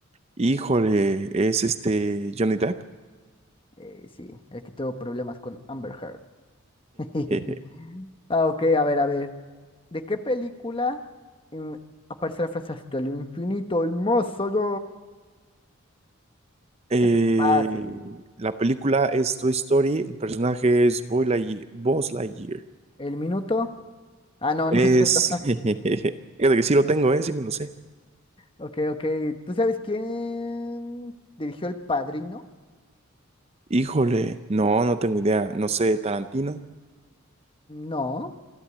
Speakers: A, on the right; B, on the left.
A: Híjole, es este Johnny Depp.
B: Eh, sí, el que tuvo problemas con Amber Heard. <laughs>
A: <laughs>
B: Ah, ok, a ver, a ver. ¿De qué película mm, aparece la frase hasta el infinito, el más allá?
A: Eh,
B: Eso está fácil.
A: la película es Toy Story, el personaje es Boy Lightyear, Buzz Lightyear.
B: ¿El minuto? Ah, no,
A: Es,
B: <laughs> no es cierto.
A: <laughs> jejeje. fíjate que sí lo tengo, eh, sí me lo sé.
B: Ok, ok. ¿Tú sabes quién dirigió El Padrino?
A: Híjole, no, no tengo idea, no sé, Tarantino,
B: No,